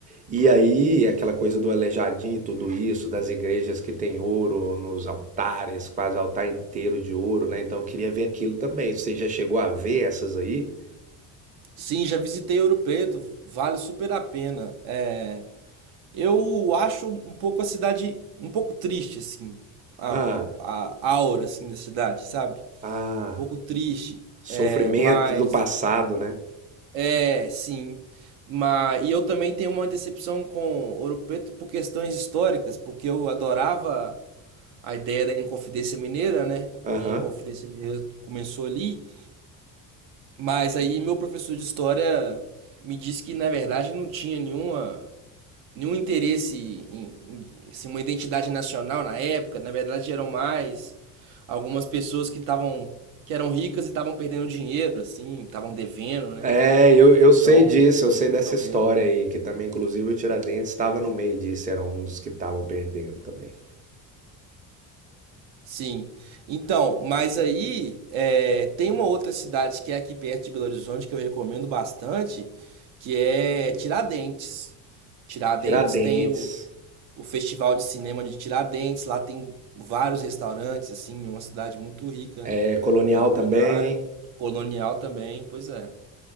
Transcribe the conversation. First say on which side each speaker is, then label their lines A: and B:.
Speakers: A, on the right (about 15°); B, on the right (about 65°).
A: E aí, aquela coisa do Aleijadinho e tudo isso, das igrejas que tem ouro nos altares, quase altar inteiro de ouro, né? Então eu queria ver aquilo também. Você já chegou a ver essas aí?
B: Sim, já visitei Ouro Preto, vale super a pena. É, eu acho um pouco a cidade um pouco triste, assim, a,
A: Ah,
B: a, a aura assim, da cidade, sabe?
A: ah.
B: Um pouco triste,
A: Sofrimento
B: é, mas
A: do passado, né?
B: é, sim. Mas, e eu também tenho uma decepção com Ouro Preto por questões históricas, porque eu adorava a ideia da Inconfidência Mineira, né?
A: Aham.
B: E a Inconfidência Mineira começou ali, Mas aí meu professor de história me disse que na verdade não tinha nenhuma nenhum interesse em, em- assim, uma identidade nacional na época, na verdade eram mais algumas pessoas que estavam que eram ricas e estavam perdendo dinheiro assim, estavam devendo, né?
A: É, eu, eu
B: Então,
A: sei disso, eu sei
B: eles resolveram.
A: dessa história aí, que também, inclusive, o Tiradentes estava no meio disso, era um dos que estavam perdendo também.
B: Sim. Então, mas aí é, tem uma outra cidade que é aqui perto de Belo Horizonte que eu recomendo bastante, que é Tiradentes. Tiradentes
A: Tiradentes,
B: tem o o Festival de Cinema de Tiradentes, lá tem vários restaurantes, assim, é uma cidade muito rica
A: é, Colonial
B: na culinária,
A: também.
B: colonial também, pois é.